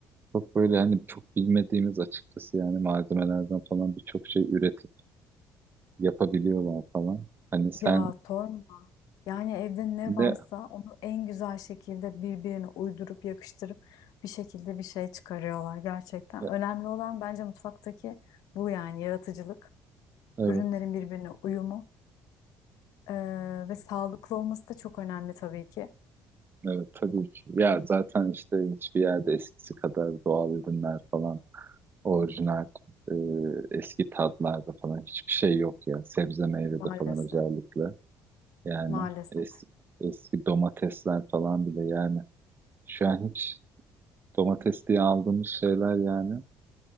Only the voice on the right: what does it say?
çok böyle hani çok bilmediğimiz açıkçası yani malzemelerden falan birçok şey üretip yapabiliyorlar falan. Hani sen
de
e,
evet
evet tabii ki. Ya zaten işte hiçbir yerde eskisi kadar doğal ürünler falan orijinal e, eski tatlarda falan hiçbir şey yok ya sebze meyvede
falan özellikle. Yani
eski, eski domatesler falan bile yani. Şu an hiç domates diye aldığımız şeyler yani.